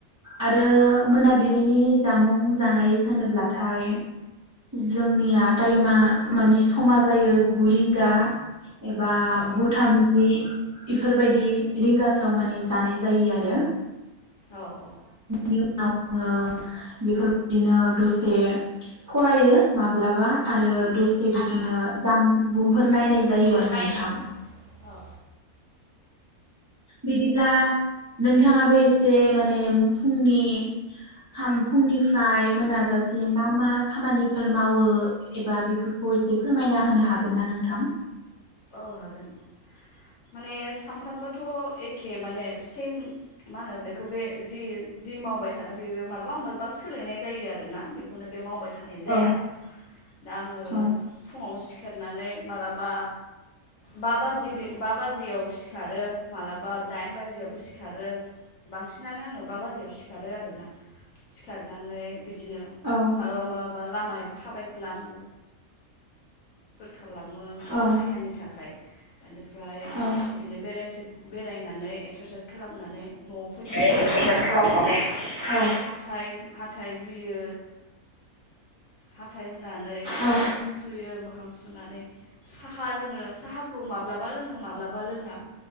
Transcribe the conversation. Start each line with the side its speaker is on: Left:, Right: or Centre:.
Right: आरो मोनाबिलिनि जामुं जानाय होनोब्लाथाय जोंनिया टाइमा मानिे समा जायो गुरिंगा एबा
Left: आरो औ
Right: गु थामजि इफोरबायदि रिंगासोआव मान जानाय जायो आरो
Left: औ औ
Right: <unintelligible> आङो बेफोरबायदिनो दसे फरायो माब्लाबा आरो
Left: उम
Right: दसे बिदिनो
Left: आरो
Right: जामुं गुबफोर नायनाय जायो
Left: फोर
Right: आरो
Left: नायनाय
Right: नोंथां
Left: औ
Right: बिदिब्ला नोंथाङाबो एसे माने फुंनि खाम फुंनिफ्राय मोनाजासि एसे मा मा खामानिफोर मावो एबा बेफोरखौ एसे फोरमायना होनो हागोन ना नोंथां
Left: औ हागोन माने सानफ्रोमबोथ' एखे माने सेम मा होनो बेखौ बे जि जि मावबाय थादों बेबो मालाबा मालाबा सोलायनाय जायो आरोना बेखौनो बे मावबाय थानाय जाया
Right: औ
Left: दा आङो
Right: औ
Left: फुङाव सि खेरनानै मालाबा बा बाज बा बाजियाव सिखारो मालाबा दाइन बाजियावबो सिखारो बांसिनानो आङो बा बाजियाव सिखारो आर ना सिखारनानै बिदिनो
Right: औ
Left: मालाबा लामायाव थाबायग्लां <unintelligible> खालामो
Right: औ
Left: देहानि थाखाय बेनिफ्राय
Right: औ
Left: बिदिनो बेराय बेरायनानै एक्सारसाइस खालामनानै न'आव फैफिननानै
Right: एक्सारसाइस खालामनानै औ
Left: हाथाइ हाथाइ हुयो हााइ हुनानै
Right: औ
Left: मोखां सुयो मोखां सुनानै सा साहा लोङो साहाखौ माब्लाबा लोङो माब्लाबा लोङा